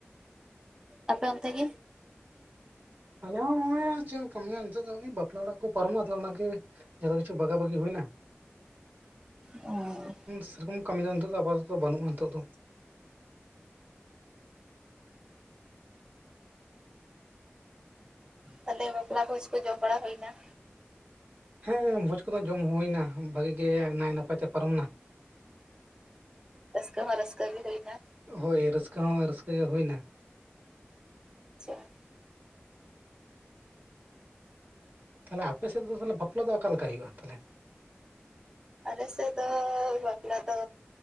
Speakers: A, on the right; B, on the right.
A: ᱟᱯᱮ ᱚᱱᱛᱮ ᱜᱮ
B: ᱟᱞᱮ ᱦᱚᱸ ᱦᱚᱜ-ᱚᱭ ᱪᱮᱫ ᱮᱢ ᱠᱟᱢᱤᱭᱟ ᱱᱤᱛᱚᱜ ᱫᱚ ᱦᱚᱜᱼᱚᱭ ᱵᱟᱯᱞᱟ ᱚᱲᱟᱜ ᱠᱚ ᱯᱟᱨᱚᱢᱚᱜ-ᱟ ᱟᱫᱚ ᱚᱱᱟ ᱜᱮ ᱡᱷᱚᱛᱚ ᱠᱤᱪᱷᱩ ᱵᱟᱜᱟ ᱵᱟᱜᱤ ᱦᱩᱭ ᱱᱟ᱾
A: ᱚᱸᱻ
B: ᱥᱮ ᱨᱚᱠᱚᱢ ᱠᱟᱢᱤ ᱫᱚ ᱱᱤᱛᱚᱷ ᱫᱚ ᱟᱯᱟ ᱛᱚᱛᱚ ᱵᱟᱱᱩᱜᱼᱟ ᱱᱤᱛᱚᱜ ᱫᱚ᱾
A: ᱛᱟᱦᱚᱞᱮ ᱵᱟᱯᱞᱟ ᱵᱷᱚᱸᱡᱽ ᱠᱚ ᱡᱚᱢ ᱵᱟᱲᱟ ᱦᱳᱭ ᱱᱟ?
B: ᱦᱮᱸ ᱵᱷᱚᱸᱡᱽ ᱠᱚ ᱫᱚ ᱡᱚᱢ ᱦᱩᱭ ᱱᱟ ᱵᱷᱟᱜᱤ ᱜᱮ ᱱᱟᱭ ᱱᱟᱯᱟᱭ ᱛᱮ ᱯᱟᱨᱚᱢ ᱱᱟ᱾
A: ᱨᱟᱹᱥᱠᱟᱹ ᱦᱚᱸ ᱨᱟᱹᱥᱠᱟᱹ ᱜᱮ ᱦᱳᱭ ᱱᱟ᱾
B: ᱦᱳᱭ ᱨᱟᱹᱥᱠᱟᱹ ᱦᱚᱸ ᱨᱟᱹᱥᱠᱟᱹ ᱜᱮ ᱦᱳᱭ ᱱᱟ᱾
A: ᱟᱪᱪᱷᱟ᱾
B: ᱛᱟᱦᱟᱞᱮ ᱟᱯᱮ ᱥᱮᱫ ᱫᱚ ᱛᱟᱦᱟᱞᱮ ᱵᱟᱯᱞᱟ ᱫᱚ ᱚᱠᱟᱞ ᱞᱮᱠᱟ ᱦᱳᱭᱳᱜᱼᱟ ᱛᱟᱦᱟᱞᱮ?
A: ᱟᱞᱮ ᱥᱮᱫ ᱫᱚ ᱳᱭ ᱵᱟᱯᱞᱟ ᱫᱚ